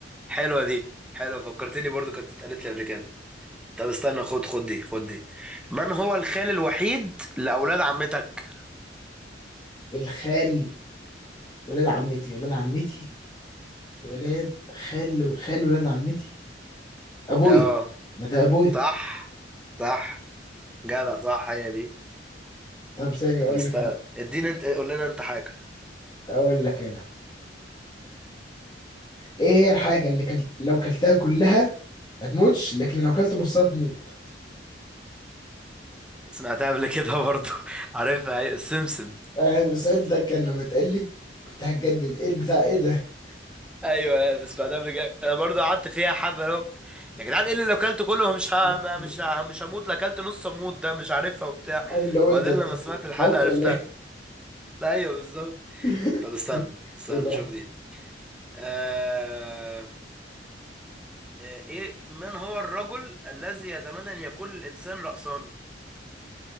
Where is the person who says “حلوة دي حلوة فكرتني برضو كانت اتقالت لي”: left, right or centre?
Centre